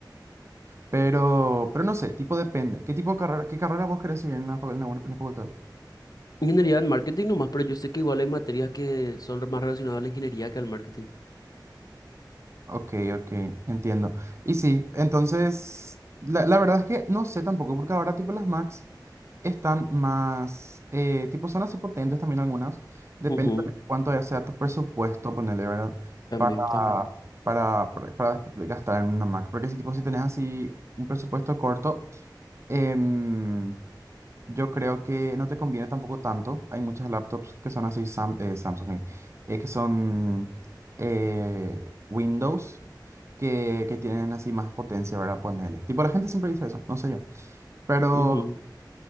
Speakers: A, on the right (about 35°); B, on the left (about 55°).
A: Pero, pero no sé, tipo depende. ¿Qué tipo de carrera, qué carrera vos querés seguir en la, fa- en la en la facultad?
B: Ingeniería en marketing nomás, pero yo sé que igual hay materias que son más relacionadas a la ingeniería que al marketing.
A: Ok, ok, entiendo. Y sí, entonces, la, la verdad es que no sé tampoco, porque ahora tipo las Macs están más, eh, tipo son así potentes también algunas, depende
B: Ujú,
A: también de cuánto ya sea tu presupuesto, ponerle, ¿verdad?
B: También,
A: Para,
B: también.
A: para, para, para gastar en una Mac, porque si tipo si tenés así un presupuesto corto, em, yo creo que no te conviene tampoco tanto. Hay muchas laptops que son así, Sam- eh, Samsung, eh, eh, que son eh, Windows, que, que tienen así más potencia, ¿verdad? Ponerle. Tipo, la gente siempre dice eso, no sé yo. Pero,
B: Ujú,